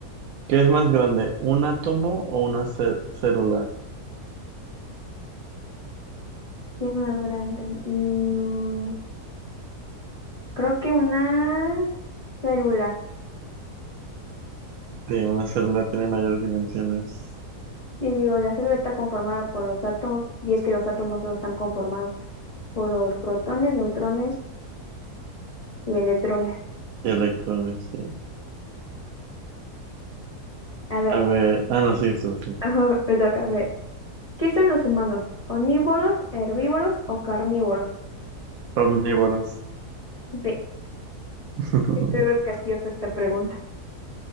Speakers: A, on the right; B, on the left.
A: ¿qué es más grande, un átomo o una cé- célula?
B: ¿Qué es más grande? Mm, creo que una célula.
A: Sí, una célula tiene mayores dimensiones
B: Y digo, la célula está conformada por los átomos, y es que los átomos solo están conformados por los protones, neutrones y electrones.
A: que electrones, sí.
B: A ver,
A: A ver,
B: <laughs>
A: ah, no, sí, eso sí.
B: ajá, me toca, a ver. ¿Qué son los humanos? ¿Omnívoros, herbívoros o carnívoros?
A: Omnívoros.
B: Sí,
A: <laughs>
B: es algo capciosa esta pregunta.